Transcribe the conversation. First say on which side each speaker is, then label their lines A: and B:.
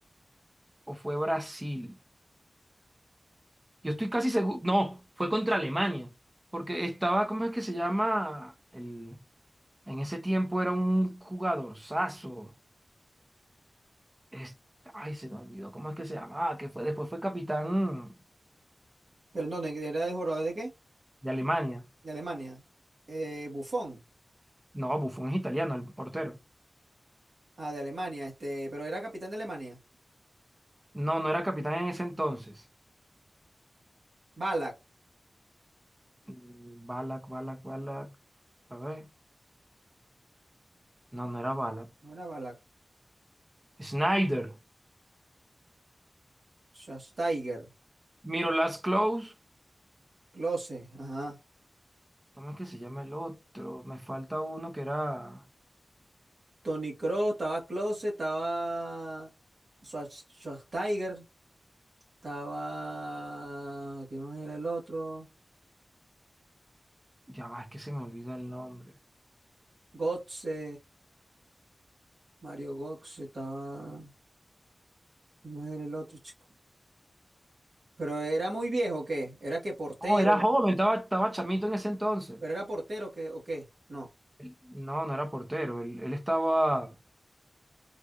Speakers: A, on the right (about 25°); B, on the right (about 70°).
A: o fue Brasil. Yo estoy casi seguro, no, fue contra Alemania, porque estaba, ¿cómo es que se llama? El, en ese tiempo era un jugadorzazo. Es- ay, se me olvidó, ¿cómo es que se llamaba? Que fue, después fue capitán
B: Pero no, ¿de- ¿era de jugador de qué?
A: de Alemania.
B: De Alemania. Eh, Buffon.
A: No, Buffon es italiano, el portero.
B: Ah, de Alemania, este, pero era capitán de Alemania.
A: No, no era capitán en ese entonces.
B: Balak,
A: Mm, Balak, Balak, Balak. A ver. No, no era Balak.
B: no era Balak.
A: Snyder.
B: Schweinsteiger,
A: Miro Last Close.
B: Klose, ajá.
A: ¿Cómo es que se llama el otro? Me falta uno que era.
B: Toni Kroos, estaba Klose, estaba Schwarz- Schwarzenegger. Estaba, ¿quién más era el otro?
A: Ya va, es que se me olvida el nombre.
B: Gotze, Mario Gotze, estaba, ¿quién más era el otro chico? Pero era muy viejo, ¿o ¿qué? Era que portero,
A: No, era joven, estaba, estaba chamito en ese entonces.
B: pero era portero, ¿qué? ¿O qué? No,
A: El- No, no era portero. Él, él estaba.